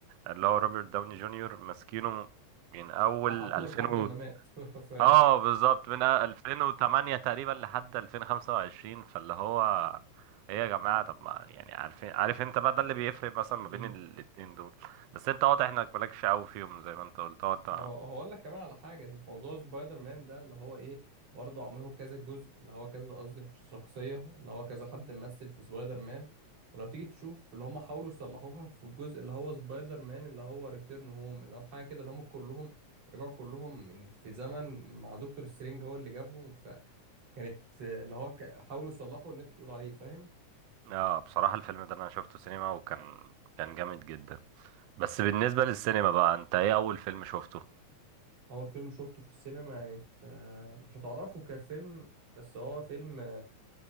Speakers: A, on the right; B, on the right.
A: اللي هو روبرت داوني جونيور ماسكينه من اول
B: فحسوه
A: 2000
B: لحد
A: و...
B: ما مات <laughs> ف
A: اه بالظبط من 2008 تقريبا لحد 2025 فاللي هو ايه يا جماعة طب ما يعني عارفين عارف انت بقى ده اللي بيفرق مثلا ما
B: <laughs>
A: بين الاتنين دول بس انت واضح انك مالكش قوي فيهم زي ما انت قلت اه انت
B: هو هقول لك كمان على حاجة زي موضوع سبايدر مان ده اللي هو ايه برضه عمله كذا جزء اللي هو كذا قصدي شخصية اللي هو كذا حد ممثل في سبايدر مان ولو تيجي تشوف اللي هم حاولوا يصلحوها في الجزء اللي هو سبايدر مان اللي هو ريتيرن هوم اللي هو حاجة كده اللي هم كلهم رجعوا كلهم من في زمن مع دكتور سترينج هو اللي جابهم فكانت آه، اللي هو ك- حاولوا يصلحوا اللي انت بتقول عليه فاهم
A: اه بصراحة الفيلم ده انا شفته سينما وكان كان جامد جدا بس بالنسبة للسينما بقى انت ايه اول فيلم شفته
B: اول فيلم شفته في السينما يعني إنت، آه، مش هتعرفه كفيلم بس هو فيلم